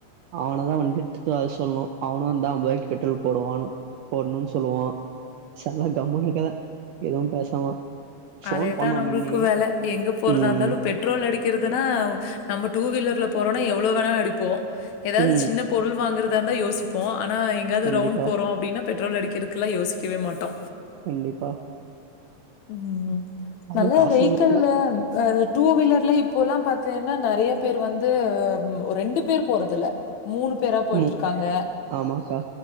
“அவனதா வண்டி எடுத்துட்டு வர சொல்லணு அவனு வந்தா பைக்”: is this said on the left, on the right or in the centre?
Right